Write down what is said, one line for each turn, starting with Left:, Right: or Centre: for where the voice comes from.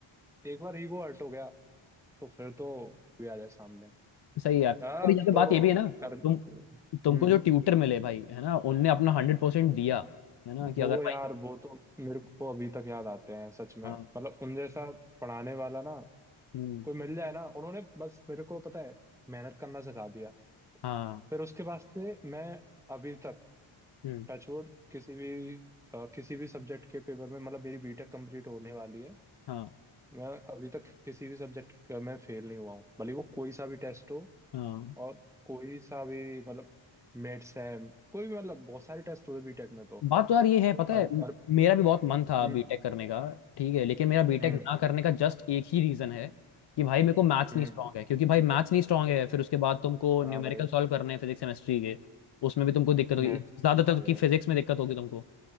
Centre: एक बार ईगो हर्ट हो गया तो फिर तो भी आ जाए सामने
Left: सही है यार
Centre: अब
Left: और यहाँ पे बात
Centre: तो
Left: ये भी है ना
Centre: कर
Left: तुम तुमको
Centre: हम्म
Left: जो ट्यूटर मिले भाई है ना उनने अपना हंड्रेड परसेंट दिया है ना कि
Centre: वो
Left: अगर
Centre: यार
Left: भाई
Centre: वो तो मेरे को अभी तक याद आते हैं सच में
Left: हाँ
Centre: मतलब उन जैसा पढ़ाने वाला ना
Left: हम्म
Centre: कोई मिल जाए ना उन्होंने बस मेरे को पता है मेहनत करना सिखा दिया
Left: हाँ
Centre: फिर उसके बाद से मैं अभी तक
Left: हम्म
Centre: टचवुड किसी भी अ, किसी भी सब्जेक्ट के पेपर में मतलब मेरी बीटेक कंप्लीट होने वाली है
Left: हाँ
Centre: मैं अभी तक किसी भी सब्जेक्ट का मैं फेल नहीं हुआ हूँ भले वो कोई सा भी टेस्ट हो
Left: हाँ
Centre: और कोई सा भी मतलब मेट्स है कोई भी मतलब बहुत सारे टेस्ट होते बीटेक में तो
Left: बात तो यार ये है पता
Centre: अर
Left: है म-
Centre: अर
Left: मेरा भी बहुत मन था
Centre: हम्म
Left: बीटेक करने का ठीक है लेकिन मेरा बीटेक
Centre: हम्म
Left: ना करने का जस्ट एक ही रीजन है कि भाई मेरे को मैथ्स
Centre: हम्म
Left: नहीं स्ट्रांग है क्योंकि भाई मैथ्स नहीं स्ट्रांग है फिर उसके बाद तुमको
Centre: हाँ
Left: न्यूमेरिकल
Centre: भाई
Left: सॉल्व करने हैं फिजिक्स केमिस्ट्री के उसमें भी तुमको दिक्कत होगी
Centre: मैथ
Left: ज्यादातर
Centre: तो चाहिए
Left: की फिजिक्स में दिक्कत होगी तुमको